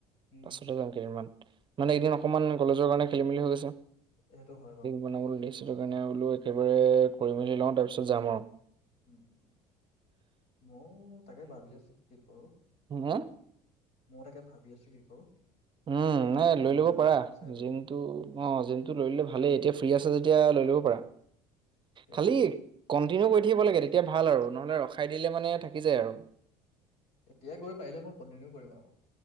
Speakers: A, on the left; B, on the right.
A: উম,
B: পাছলৈ যাম কেইদিনমান। মানে এদিন অকমান কলেজৰ কাৰণে খেলি মেলি হৈ গৈছে।
A: সেইটো হয় বাৰু
B: বনাবলৈ দিছিল কাৰণে বোলো একেবাৰে কৰি মেলি লওঁ তাৰপিছত যাম আৰু।
A: উম, উম ময়ো তাকে ভাবি আছো কি ক
B: হম হম।
A: মই তাকে ভাবি আছো কি কৰো।
B: উম,
A: কোনটোত
B: নাই
A: কেনেকে
B: লৈ ল'ব
A: যাওঁ
B: পাৰা
A: চব চাই পিনি
B: জমটো
A: কোনটো
B: অ জিমটো লৈ ললে ভালেই এতিয়া ফ্ৰী আছে যদি এতিয়া লৈ ল'ব পাৰা
A: সেইটোৱে
B: খালি
A: সেইটোৱে
B: ক'ন্টিনিউ কৰি উঠিব লাগে তেতিয়া ভাল আৰু নহ'লে ৰখাই দিলে মানে থাকি যায় আৰু।
A: এতিয়া গৈ পাৰিলে মই কণ্টিনিউ কৰিম আৰু।